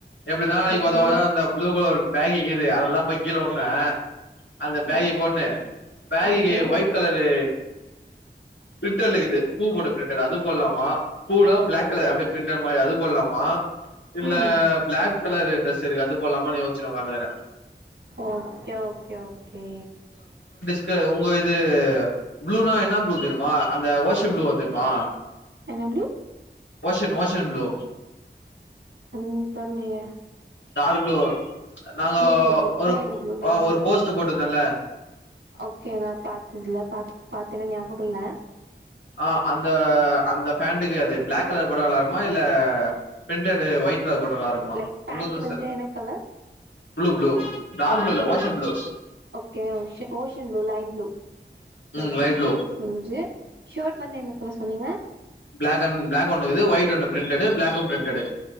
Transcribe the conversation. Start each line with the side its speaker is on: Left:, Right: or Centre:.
Left: எப்படிதா நாளைக்கு
Right: ஓகே
Left: உதவாத அந்த ப்ளூ கலர் ஒரு பேக்கிக்குது அதல்லா போய் கீழ <unintelligible> அந்த பேகி
Right: ஓக்
Left: போட்ணு பேகிக்கு
Right: ஓகே
Left: ஒயிட் கலரு பிரிண்டர்லுக்குது பூ போட்ட பிரிண்டர் அது போடலாமா பூலா பிளாக் கலர் அப்டியே பிரின்டர் மாரி அது போடலாமா இல்ல
Right: ம்
Left: பிளாக் கலரு டிரரெஸ் இருக்கு அது போடலாமானு யோஸ்சீன்னு உக்காந்துருக்கற
Right: ஓகே ஓகே ஓகே
Left: க்கு உங்க இது ப்ளூனா என்ன ப்ளூ தெரிமா அந்த ஓஷம் ப்ளூவ தெரிமா
Right: என்ன ப்ளு
Left: ஓஷன் ஓஷன் ப்ளூ
Right: ம் தெரிலையே
Left: டார்க் புளூ நாங்கோ
Right: நேவி ப்ளூ
Left: ஒரு
Right: நேவி
Left: பு
Right: ப்ளூ நேவி ப்ளூ
Left: ஒரு போஸ்ட் போட்ருந்தல்ல
Right: ஓகே நா பாத்ததில்ல பா பாத்தேன்னா ஞாபகோ இல்ல
Left: ஆ அந்த அந்த பேண்ட்டுக்கு அது பிளாக் கலர் போட்டா நாள்ளாருக்குமா இல்ல பிரிண்ட்டடு ஒயிட் கலர் போட்டா நல்லா இருக்குமா
Right: லைக் பேகி
Left: உங்க டிரஸு
Right: வந்து என்ன colour
Left: blue blue dark
Right: baggy
Left: blue இல்ல ocean blue
Right: okay okay ocean blue light blue okay
Left: ம்
Right: ஓகே
Left: லைட்
Right: புரிஞ்சிது
Left: ப்ளூ
Right: ஒஞ்சு ஷர்ட் வந்து என்ன கலர் சொன்னீங்க
Left: பிளாக் அண்ட் பிளாக் ஒண்ணு இருக்குது ஒயிட் ஒன்னு printed black printed